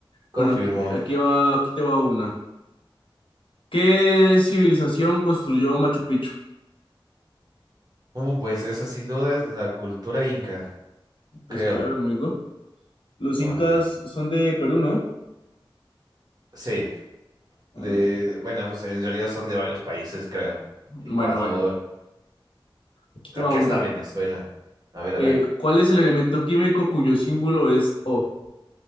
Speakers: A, on the right (about 45°); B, on the left (about 75°).
A: confirmó.
B: Bueno, aquí, aquí va, aquí te va una. ¿Qué civilización construyó Machu Picchu?
A: Uh, pues esa sin duda es la cultura inca,
B: Pues
A: creo.
B: claro, amigo. Los incas
A: Ah, pues,
B: son de Perú, ¿no?
A: sí,
B: Ah,
A: de, bueno, pues en realidad son de varios países, creo.
B: bueno,
A: Ecuador,
B: bueno. Aquí
A: creo
B: te va
A: que
B: una.
A: hasta Venezuela. A ver,
B: Eh,
A: a ver.
B: ¿cuál es el elemento químico cuyo símbolo es O?